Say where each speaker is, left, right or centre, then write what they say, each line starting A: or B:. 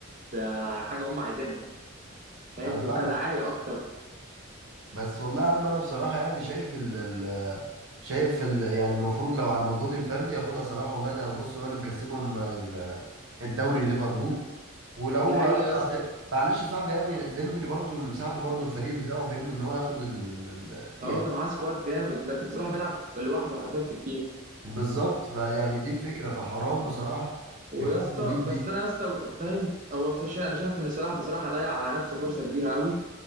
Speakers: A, on the right (about 35°); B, on the right (about 75°).
A: ده حاجه هم عايزينها فاهم
B: انا
A: وكدعايه
B: فاهم
A: اكتر
B: بس والله يا عم انا بصراحه يعني شايف ال ال شايف ال يعني المفروض لو على المجهود الفردي ياخدها صلاح والله ده بص هو اللي مكسبهم ال- الدوري ليفربول ولو
A: دي حقيقه
B: اصل
A: يا اسطى
B: معلش يا صاحبي يعني ديمبلي برضو مساعده برضو الفريق بتاعه فهمني ان هو ياخد ال ال- ال-
A: اه
B: يعني
A: ده معاه سكواد جامد لكن صلاح بيلعب لوحده حرفيا في التيم
B: بالظبط فيعني دي الفكره فحرام بصراحه
A: ويا
B: يقارنوا
A: اسطى
B: دي بدي
A: بس انا يا اسطى فاهم هو شا- انا شايف ان صلاح بصراحه ضيع على نفسه فرصه كبيره قوي